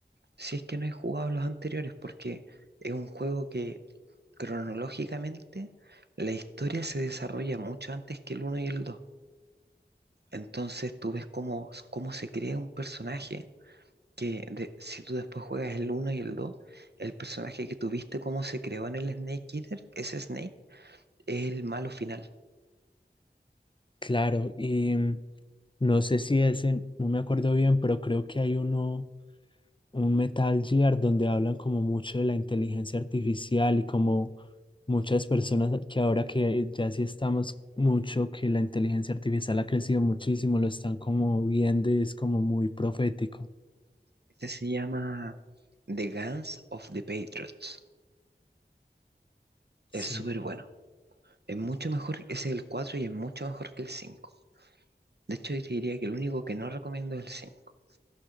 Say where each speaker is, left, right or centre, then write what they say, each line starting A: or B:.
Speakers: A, on the right; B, on the left.
A: si es que no he jugado los anteriores, porque es un juego que cronológicamente la historia se desarrolla mucho antes que el uno y el 2. Entonces tú ves cómo, cómo se crea un personaje que de- si tú después juegas el uno y el 2, el personaje que tuviste, cómo se creó en el Snake Eater, ese Snake es el malo final.
B: claro, y mm, No sé si ese, no me acuerdo bien, pero creo que hay uno, un Metal Gear donde hablan como mucho de la inteligencia artificial y como muchas personas que ahora que ya sí estamos mucho, que la inteligencia artificial ha crecido muchísimo, lo están como viendo y es como muy profético.
A: Este se llama The Guns of the Patriots.
B: Sí.
A: Es súper bueno. Es mucho mejor, ese es el 4 y es mucho mejor que el 5. De hecho, yo te diría que el único que no recomiendo es el cinco.